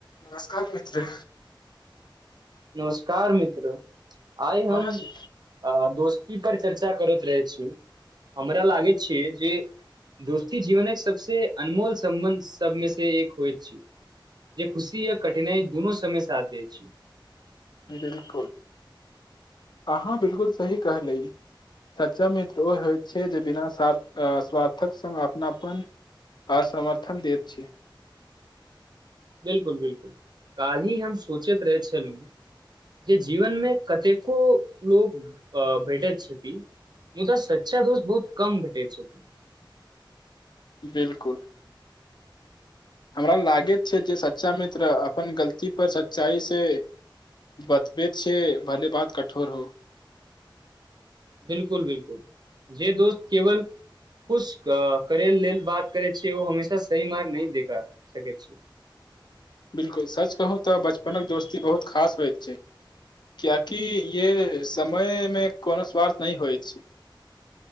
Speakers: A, on the left; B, on the right.
A: नमस्कार मित्र
B: नमस्कार मित्र आइ
A: कोना
B: हम
A: छी
B: आ दोस्त की पर चर्चा करैत रहै छी हमरा लागै छिये जे दोस्ती जीवन सबसे अनमोल सम्बन्ध सबमे से एक होइत छी जे खुशी य कठिनाइ दुनू समय साथ द छै
A: बिलकुल अहाँ बिलकुल सही कहलैय सच्चा मित्र ओ होइत छै जे बिना सार्थ अ स्वार्थक संघ अपनापन आ समर्थन दैत छै
B: बिलकुल बिलकुल काल्हि हम सोचैत रहै छलहुँ जे जीवनमे कतेको लोक अ भेटैत छथि मुदा सच्चा दोस्त बहुत कम भेटैत छैथ
A: बिलकुल हमरा लागैत छै जे सच्चा मित्र अपन गलती पर सच्चाई से बतबैत छै भले बात कठोर हो
B: बिलकुल बिलकुल जे दोस्त केवल खुश क करै लेल बात करैत छै ओ हमेशा सही मार्ग नहि दे पाइ सकैत छै <inaudible>
A: बिलकुल सच कहू तऽ बचपनक दोस्ती बहुत खास होइत छै कियाकि ये समयमे कोनो स्वार्थ नहि होइत छै